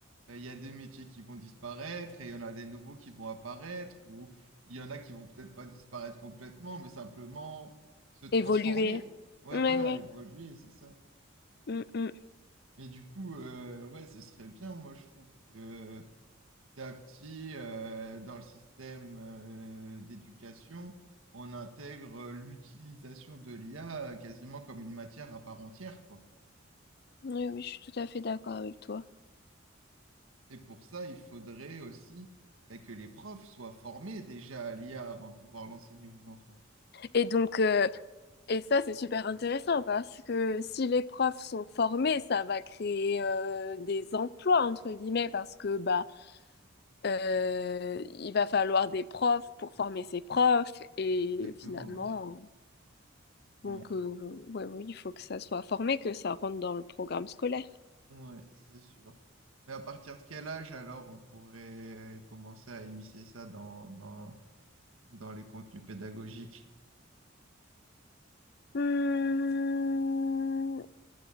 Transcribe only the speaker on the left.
Évoluer.
Oui,
oui.
Mm, mm.
Oui, oui, je suis tout à fait d'accord avec toi.
Et donc, euh, Et ça, c'est super intéressant parce que si les profs sont formés, ça va créer euh, des emplois, entre guillemets, parce que bah, euh, il va falloir des profs pour former ces profs. Et
finalement,
donc,
euh, ouais, oui, il faut que ça soit formé, que ça rentre dans le programme scolaire.
Hmm,